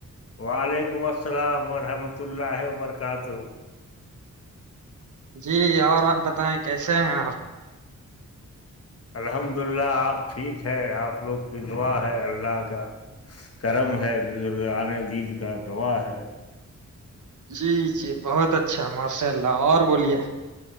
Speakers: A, on the left; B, on the right.
A: وعلیکم السلام ورحمۃ اللہ وبرکاتہ
B: جی اور آپ بتائیں کیسے ہیں آپ
A: الحمد للہ آپ ٹھیک ہے آپ لوگ کی دعا ہے اللہ کا کرم ہے بزرگ عنے دین کا دعا ہے
B: جی جی بہت اچھا ماشاء اللہ اور بولیے